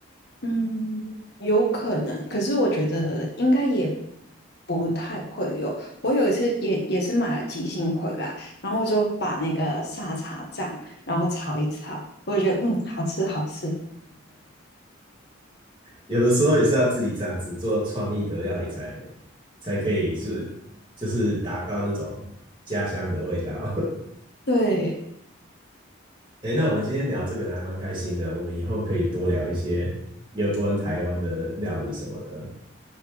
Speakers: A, on the left; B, on the right.
A: 嗯，有可能，可是我觉得应该也不太会有。我有一次也也是买了鸡心回来，然后我就把那个沙茶酱，然后炒一炒，我就觉得嗯好吃好吃，
B: 有的时候也是要自己这样子做创意的料理才才可以是就是达到那种家乡的味道。<laughs>
A: 对。
B: 哎，那我们今天聊这个还蛮开心的，我们以后可以多聊一些有关台湾的料理什么的。